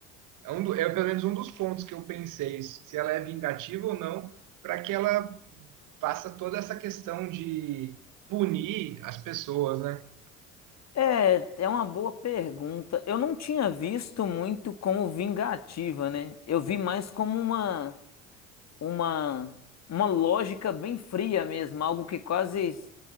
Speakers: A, on the right; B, on the left.
A: É, um do- é pelo menos um dos pontos que eu pensei, se ela é vingativa ou não, para que ela faça toda essa questão de punir as pessoas, né?
B: É, é uma boa pergunta. Eu não tinha visto muito como vingativa, né? Eu vi mais como uma uma uma lógica bem fria mesmo, algo que quase